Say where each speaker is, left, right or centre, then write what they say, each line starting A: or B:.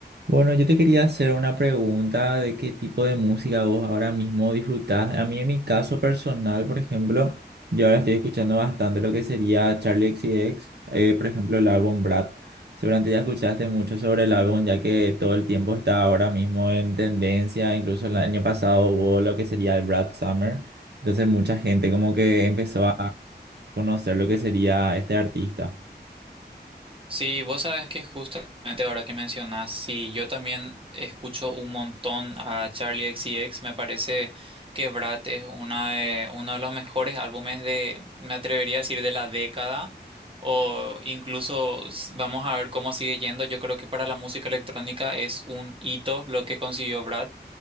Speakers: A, on the right; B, on the right.
A: Bueno, yo te quería hacer una pregunta de qué tipo de música vos ahora mismo disfrutás. A mí en mi caso personal, por ejemplo, yo ahora estoy escuchando bastante lo que sería Charlie X C X, eh, por ejemplo, el álbum Brad. Seguramente ya escuchaste mucho sobre el álbum, ya que todo el tiempo está ahora mismo en tendencia, incluso el año pasado hubo lo que sería el Brad Summer, entonces mucha gente como que empezó a conocer lo que sería este artista.
B: Sí, vos sabes que justamente ahora que mencionás, sí, yo también escucho un montón a Charlie X C X. me parece que Brad es una de, uno de los mejores álbumes de, me atrevería a decir, de la década, o incluso s- vamos a ver cómo sigue yendo, yo creo que para la música electrónica es un hito lo que consiguió Brad.